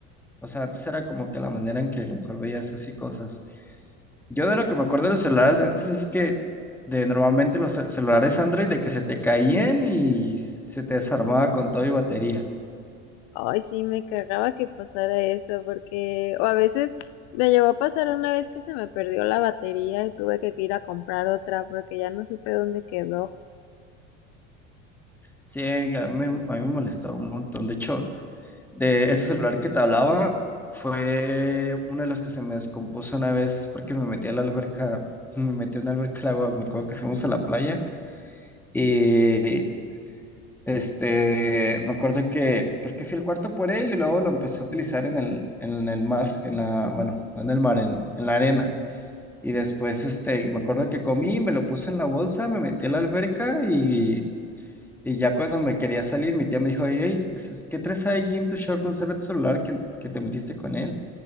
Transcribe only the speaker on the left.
Ay, sí, me cagaba que pasara eso, porque, o a veces me llegó a pasar una vez que se me perdió la batería y tuve que ir a comprar otra porque ya no supe dónde quedó,